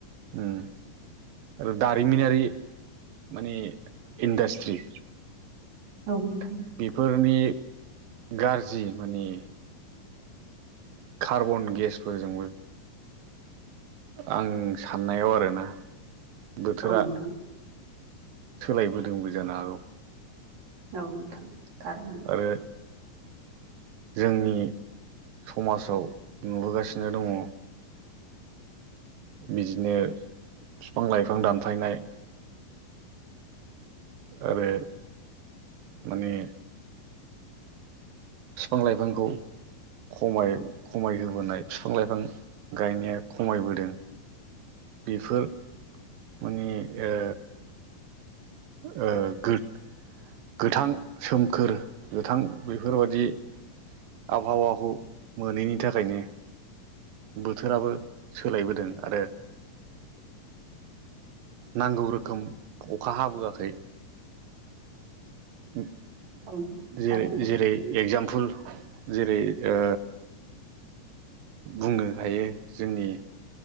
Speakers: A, on the right (about 80°); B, on the right (about 55°).
A: ओम उम आरो दारिमिनारि माने इन्डास्ट्रि
B: औ नोंथां।
A: बेफोरनि गाज्रि माने कार्बन गेसफोरजोंबो आं साननायाव आरोना बोथोरा
B: औ नोंथां
A: सोलायबोदोंबो जानो हागौ।
B: औ नोंथां थारैनो।
A: आरो जोंनि समाजाव नुबोगासिनो दङ। बिदिनो फिफां लाइफां दानफायनायो आरो माने। बिफां-लाइफांखौ खमाय खमायहोबोनाय बिफां लाइफां गायनाया खमायबोदों। बेफोर माने ओ ओ गोद गोथां सोमखोर गोथां बेफोरबादि ओ आबहावाखौ मोनैनि थाखायनो बोथोराबो सोलायबोदों आरो नांगौ रोखोम अखा हाबोआखै। <inaudible>
B: औ नोंथां
A: जैरै
B: थारैनो
A: जेरै एगजामपोल जेरै ओ बुंनो हायो जोंनि